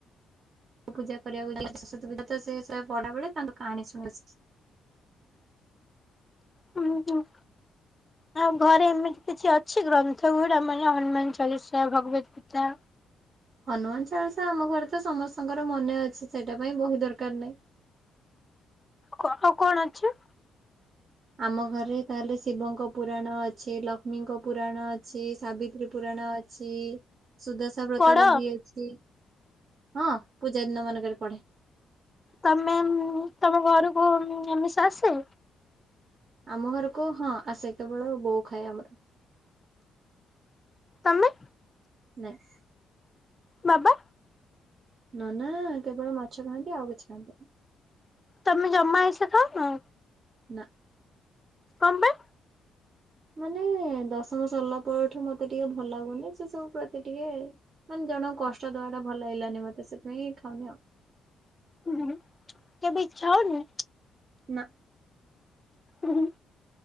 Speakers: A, on the right; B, on the left.
A: ପୂଜା କରିବାକୁ <unintelligible> ପୂଜା ତ ସେ ପଡା ବେଳେ ତାଙ୍କୁ କାହାଣି ଶୁଣିଛି,
B: ହୁଁ ହୁଁ। ଆଁ ଘରେ ଏମିତି କିଛି ଅଛି ଗ୍ରନ୍ଥ ଗୁଡା ମାନେ ହନୁମାନ ଚାଳିଶା ଭଗବତ ତା
A: ହନୁମାନ ଚାଳିଶା ଆମ ଘରେ ତ ସମସ୍ତଙ୍କର ମନେ ଅଛି ସେଇଟା ପାଇଁ ବହି ଦରକାର ନାହିଁ।
B: କହ କଣ ଅଛି
A: ଆମ ଘରେ ତାହେଲେ ଶିବଙ୍କ ପୁରାଣ ଅଛି ଲକ୍ଷ୍ମୀଙ୍କ ପୁରାଣ ଅ ଅଛି ସାବିତ୍ରୀ ପୁରାଣ ଅଛି ସୁଦଶା ବ୍ରତ
B: ପଢ?
A: ବହି ଅଛି। ହଁ ପୂଜା ଦିନ ମାନଙ୍କରେ ପଢେ।
B: ତମେ ତମ ଘରକୁ ଆମିଷ ଆସେ?
A: ଆମ ଘରକୁ ହଁ ଆସେ କେବଳ ବୋଉ ଖାଏ ଆମର।
B: ତମେ?
A: ନାଇଁ।
B: ବାବା?
A: ନନା କେବଳ ମାଛ ଖାଆନ୍ତି ଆଉ କିଛି ଖାଆନ୍ତିନି।
B: ତମେ ଜମା ଆଇଁଷ ଖଉନ?
A: ନା।
B: ହଁ ବା।
A: ମାନେ ଦଶମ ସରିଲା ପରଠୁ ମତେ ଟିକେ ଭଲ ଲାଗୁନି ସେ ସବୁ ପ୍ରତି ଟିକେ ମାନେ ଜଣଙ୍କୁ କଷ୍ଟ ଦବା ଟା ଭଲ ଲାଗିଲାନି ମତେ ସେଥିପାଇଁ ଖାଉନି ଆଉ।
B: ହୁଁ କେବେ ଇଚ୍ଛା ହଉନି?
A: ନା।
B: ହୁଁ ହୁଁ।